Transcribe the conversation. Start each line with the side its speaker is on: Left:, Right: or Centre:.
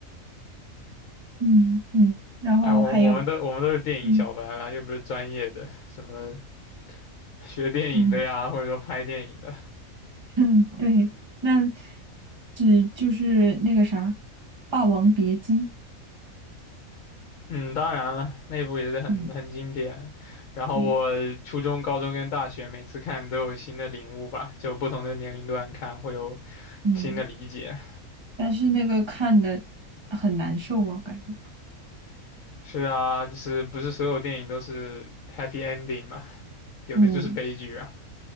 Right: <laughs> 嗯，嗯，然后还有，
Left: 哎，我我们都我们都是电影小白啦，
Right: 嗯
Left: 又不是专业的，什么学电影的呀，
Right: 嗯
Left: 或者说拍电影的。
Right: 嗯，对，那只就是那个啥，《霸王别姬》。
Left: 嗯，当然了，那部也是很很经典。
Right: 嗯
Left: 然后我初中、
Right: 嗯
Left: 高中跟大学每次看都有新的领悟吧，就不同的年龄段看会有
Right: 嗯，
Left: 新的理解。
Right: 但是那个看的很难受啊，感觉。
Left: 是啊，就是不是所有电影都是 happy ending 嘛？有的就是悲剧啊，
Right: 嗯。